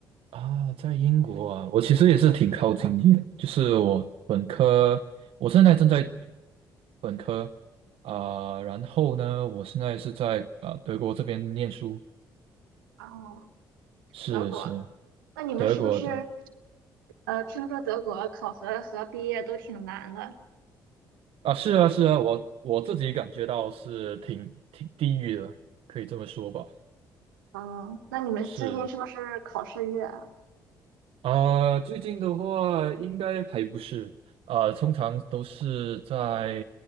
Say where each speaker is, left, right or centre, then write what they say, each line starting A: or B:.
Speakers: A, on the right; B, on the right.
A: 啊，在英国啊，我其实也是挺靠近你的，就是我本科，我现在正在读本科啊，然后呢，我现在是在啊德国这边念书，
B: 哦，
A: 是是
B: 德国？那你们是不是
A: 德国，对。
B: 呃听说德国考核和毕业都挺难的？
A: 啊，是啊，是啊，我我自己感觉到是挺挺地狱的，可以这么说吧。
B: 嗯，那你们最近是不是考试月啊？
A: 是啊，最近的话应该还不是啊，通常都是在